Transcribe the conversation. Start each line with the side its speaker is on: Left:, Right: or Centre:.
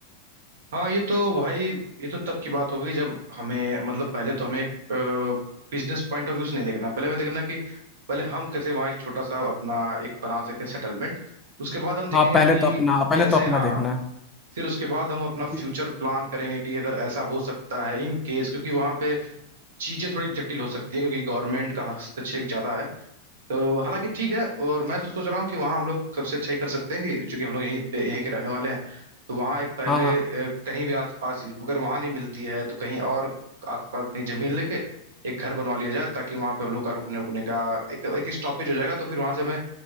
Right: हाँ ये तो भाई ये तो तब की बात हो गई जब हमें मतलब पहले तो हमें एक बिजनेस पॉइंट ऑफ व्यू से नहीं देखना पहले हमें देखना कि पहले हम कैसे वहाँ एक छोटा सा अपना एक बना सकें सेटलमेंट उसके बाद हम देखेंगे
Left: हाँ पहले
Right: कि
Left: तो अपना पहले
Right: कैसे
Left: तो अपना
Right: हाँ
Left: देखना है
Right: फिर उसके बाद हम अपना
Left: क्योंकि-
Right: फ्यूचर प्लान करेंगे कि अगर ऐसा हो सकता है इन केस क्योंकि वहाँ पे चीजें थोड़ी जटिल हो सकती हैं क्योंकि गवर्नमेंट का हस्तक्षेप ज्यादा है तो हालांकि ठीक है और मैं तो सोच रहा हूँ कि वहाँ हम लोग सबसे अच्छा ही कर सकते हैं कि चूंकि हम लोग यहीं यहीं के रहने वाले हैं तो वहाँ एक पहले
Left: हाँ हाँ
Right: अ, कहीं भी आसपास अगर वहाँ नहीं मिलती है तो कहीं और आसपास कहीं जमीन लेके एक घर बनवा लिया जाए ताकि वहाँ पे हम लोग का रुकने उकने का एक एक स्टॉपेज हो जाएगा तो फिर वहाँ से हमें